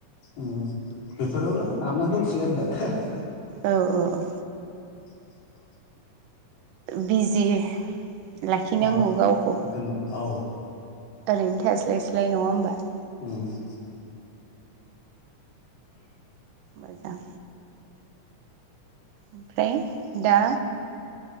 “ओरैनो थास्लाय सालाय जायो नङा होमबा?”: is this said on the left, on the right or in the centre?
Right